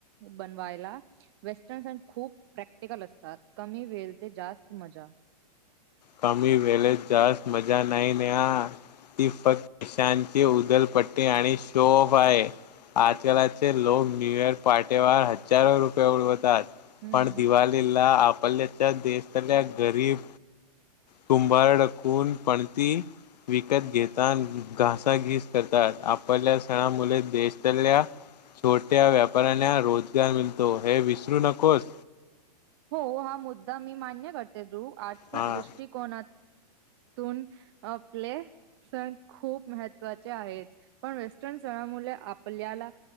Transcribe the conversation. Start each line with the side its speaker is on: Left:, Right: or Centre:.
Right: बनवायला वेस्टर्न सन खूप प्रॅक्टिकल असतात कमी वेळ ते जास्त मजा
Left: कमी वेळेत जास्त मजा नाही न ती फक्त कशानची उदलपट्टी आणि शोफ आहे
Right: ओ
Left: आजकालाचे लोक न्यू इयर पार्टीवर हजारो रुपये उडवतात
Right: हम्म
Left: पण
Right: हम्म
Left: दिवाळीला आपल्याच्या देशातल्या गरीब कुंभार डाकून पणती विकत घेता घासाघीस करतात आपल्या सणा मुले देशातल्या छोट्या व्यापाऱ्यांना रोजगार मिळतो हे विसरू नकोस
Right: हो हा मुद्दा मी मान्य करते ु आर्थिक
Left: हा
Right: दृष्टिकोनात ून आपले सण खूप महत्त्वाचे आहेत पण वेस्टर्न सणामुळे आपल्याला